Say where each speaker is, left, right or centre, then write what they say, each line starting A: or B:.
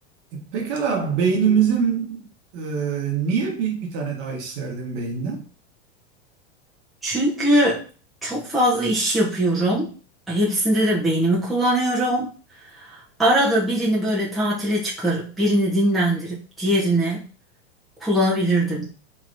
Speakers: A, on the right; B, in the centre.
A: E, Pekala beynimizin e, niye bir, bir tane daha isterdim beyinden?
B: Çünkü çok fazla iş yapıyorum. Hepsinde de beynimi kullanıyorum. Arada birini böyle tatile çıkarıp, birini dinlendirip, diğerini kullanabilirdim.